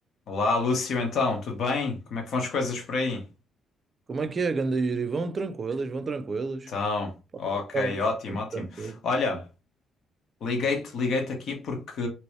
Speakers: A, on the left; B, on the right.
A: Olá, Lúcio, então, tudo bem? Como é que vão as coisas por aí?
B: Como é que é, ganda Yuri? Vão tranquilos, vão tranquilos.
A: Então, ok,
B: Sabes?
A: ótimo,
B: Tudo
A: ótimo.
B: Tranquilo.
A: Olha, liguei-te, liguei-te aqui porque,